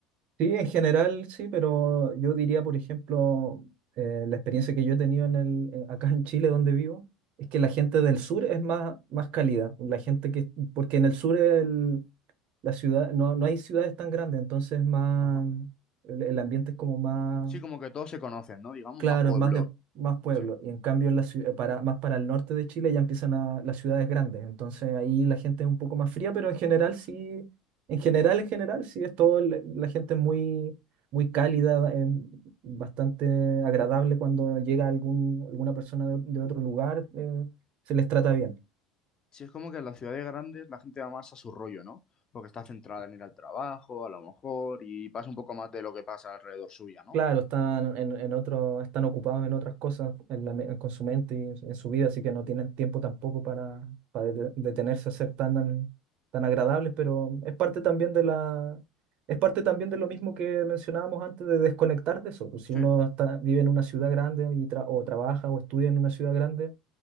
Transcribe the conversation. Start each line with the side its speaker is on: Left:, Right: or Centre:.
Right: Sí, en general sí, pero yo diría, por ejemplo, eh, la experiencia que yo he tenido en el, eh, acá en Chile, donde vivo, es que la gente del sur es más, más cálida. La gente que, porque en el sur el- la ciudad, no, no hay ciudades tan grandes, entonces es más,
Left: Ajá.
Right: el, el ambiente es como más
Left: Sí, como que todos se conocen, ¿no? Digamos,
Right: Claro,
Left: más pueblos.
Right: es más de más pueblo.
Left: Sí.
Right: Y en cambio, en la ciu- eh, para, más para el norte de Chile ya empiezan a- las ciudades grandes. Entonces ahí la gente es un poco más fría, pero en general sí, en general, en general, sí es todo, la, la gente es muy, muy cálida, eh, bastante agradable cuando llega algún, alguna persona de, de otro lugar, eh, se les trata bien.
Left: Sí, es como que en las ciudades grandes la gente va más a su rollo, ¿no? Porque está centrada en ir al trabajo, a lo mejor, y pasa un poco más de lo que pasa alrededor suya, ¿no?
Right: Claro, están en, en otro, están ocupados en otras cosas en la me- con su mente y en su vida, así que no tienen tiempo tampoco para, para dete- detenerse a ser tan, tan agradables, pero es parte también de la, es parte también de lo mismo que mencionábamos antes de desconectar de eso. Pues si
Left: Sí.
Right: uno está, vive en una ciudad grande y tra- o trabaja o estudia en una ciudad grande,